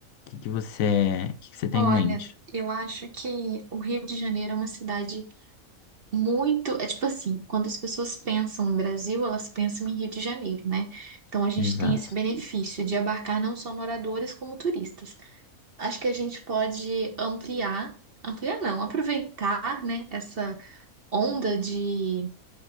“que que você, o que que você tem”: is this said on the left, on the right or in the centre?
Left